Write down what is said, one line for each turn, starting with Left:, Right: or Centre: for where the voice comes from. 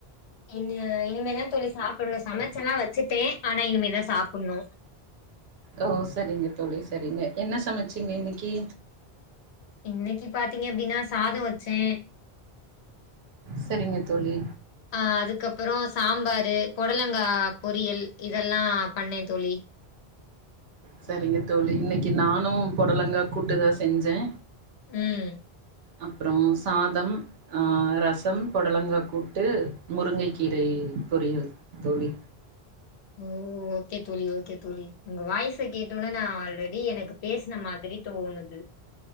Left: இன்னு இனிமேதா தோழி சாப்புட்ணு சமைச்சில்லா வச்சுட்டே ஆனா இனிமேதா சாப்புட்ணு
Right: ஓ சரிங்க தோழி, சரிங்க என்ன சமைச்சீங்க இன்னிக்கி
Left: இன்னைக்கி பாத்தீங்க அப்டின்னா சாதம் வச்சே
Right: சரிங்க தோழி
Left: ஆ, அதுக்கப்பறோ சாம்பாரு, பொடலங்கா பொரியல் இதெல்லா பண்ணே தோழி,
Right: சரிங்க தோழி, இன்னைக்கு நானு பொடலங்கா கூட்டுதா செஞ்சே
Left: ம்
Right: அப்பறோ சாதம், ஆ, ரசம் பொடலங்கா கூட்டு, முருங்கை கீரை பொரியல் தோழி
Left: ஓ ஓகே தோழி, ஓகே தோழி உங்க வாய்ஸ் சா கேட்டோன நா ஆல்ரெ டி எனக்கு பேசுன மாதிரி தோணுது